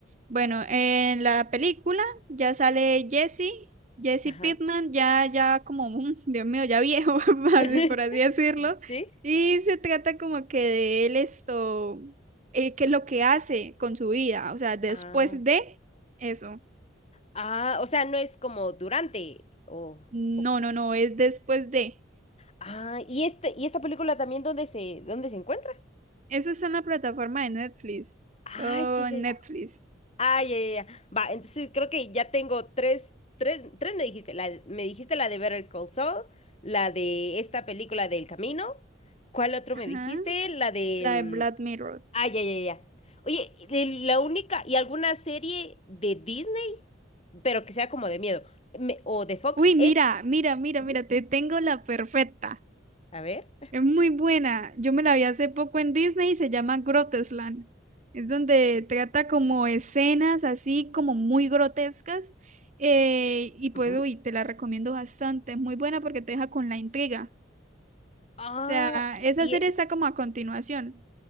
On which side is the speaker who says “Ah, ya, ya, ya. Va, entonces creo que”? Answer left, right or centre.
Left